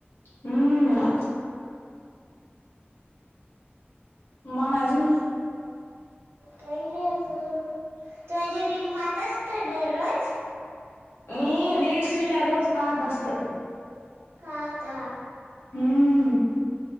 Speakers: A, on the left; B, on the right.
A: हम्म. मग अजू?
B: काई नाई अजून. तू माझे रील पाहत असतं डरोज.
A: मी रील्स तुझ्या रोज पाहत असतं.
B: हा का?
A: हम्म.